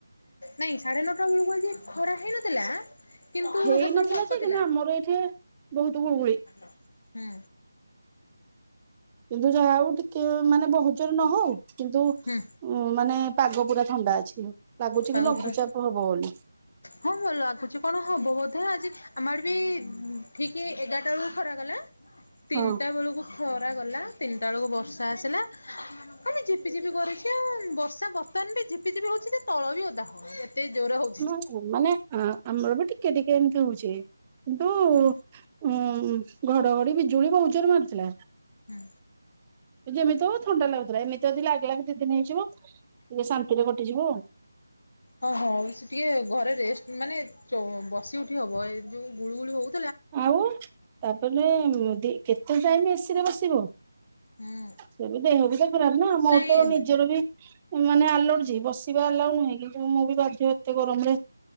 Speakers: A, on the left; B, on the right.
A: ନାଇଁ ସାଢେ ନଅଟା ବେଳକୁ ଯଜି ଖରା ହେଇନଥିଲା। କିନ୍ତୁ
B: ହେଇନଥିଲା
A: ସେତେବେଳକୁ ଅଳ୍ପ
B: ଯେ
A: ଥିଲା।
B: କିନ୍ତୁ ଆମର ଏଇଠି ବହୁତ ଗୁଳ ଗୁଳି।
A: ହୁଁ।
B: କିନ୍ତୁ ଯାହା ହଉ ଟିକେ ମାନେ ବହୁଜରେ ନହଉ କିନ୍ତୁ?
A: ହୁଁ
B: ଉଁ ମାନେ ପାଗ ପୁରା ଥଣ୍ଡା ଅଛି ଲାଗୁଛି
A: ପାଗ
B: କି ଲଘୁଚାପ
A: ପୁରା
B: ହବ ବୋଲି।
A: ହଁ ଭଲ ଆସୁଛି କଣ ହବ ବୋଧେ ଆଜି? ଆମର ବି ଠିକ ଏଗାରଟା ବେଳକୁ ଖରା ଗଲା ତିନିଟା
B: ହଁ।
A: ବେଳକୁ? ଖରା ଗଲା ତିନିଟା ବେଳକୁ ବର୍ଷା ଆସିଲା। ଆ ଝିପିଝିପି କରିଛି ଆଉ ବର୍ଷା ବର୍ତ୍ତମାନ ବିଝିପି ଜିପି ହଉଛି ସେ ତଳ ବି ଅଦା। ସେ ଜୋର ହ <inaudible>
B: ହ ମାନେ ଆମର ବି ଟିକେ ଟିକେ ଏମିତି ହଉଛି କିନ୍ତୁ?
A: ହୁଁ
B: ଉୁଁ ଘଡଘଡି ବିଜୁଳି ବହୁତ ଜୋର ମାରିଥିଲା।
A: ହୁଁ।
B: ଯେମିତି ହଉ ଥଣ୍ଡା ଲାଗୁଥିଲା ଏମିତି ଲାଗଗିଲାଗି ଦି ଦିନ ହେଇଯିବ ଟିକେ ଶାନ୍ତିରେକଟି ଯିବ ଆଉ।
A: ହଁ ହଁ ସେ ଟିକେ ଘରେ ରେଷ୍ଟ ମାନେ ବସି ଉଠି ହବ ଏ ଯୋଉ ଗୁଳୁ ଗୁଳି ହଉ?
B: ଆଉ ତାପରେ କେତେ ଟାଇମ ଏସିରେ ବସିବ।
A: ହୁଁ
B: ସେ ବି ଦେହ ବି ତ ଖରାପ ନା ମୋର
A: ନାଇଁ
B: ତ ନିଜର ବି ମାନେ ଆଲଚି ବସ। ଯିବା ଆଲାଉ ନୁହେଁ କିନ୍ତୁ ମୁଁ ବି ବାଧ୍ୟ ଏତେ ଗରମରେ